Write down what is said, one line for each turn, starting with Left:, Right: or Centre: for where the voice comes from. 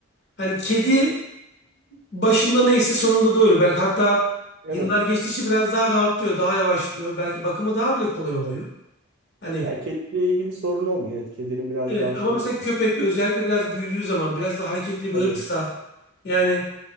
Left: hani kedi e, başında neyse sonunda da öyle. Belki hatta
Right: evet.
Left: yıllar geçtikçe biraz daha rahatlıyor, daha yavaşlıyor. Belki bakımı daha bile kolay oluyor.
Right: Evet.
Left: Hani
Right: Yani kediyle ilgili sorun olmuyor. Evet, kedinin biraz
Left: evet
Right: daha şey
Left: ama mesela köpek özellikle biraz büyüdüğü zaman biraz da hareketli bir
Right: tabii
Left: ırksa yani